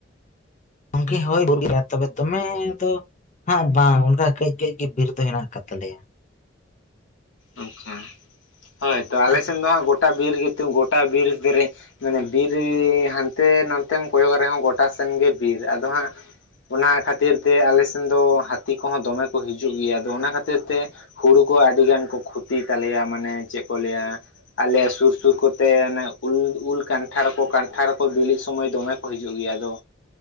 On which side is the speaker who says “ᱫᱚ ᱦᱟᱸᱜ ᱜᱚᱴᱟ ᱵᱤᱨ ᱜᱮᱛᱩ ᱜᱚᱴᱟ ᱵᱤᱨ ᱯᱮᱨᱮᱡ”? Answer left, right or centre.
Left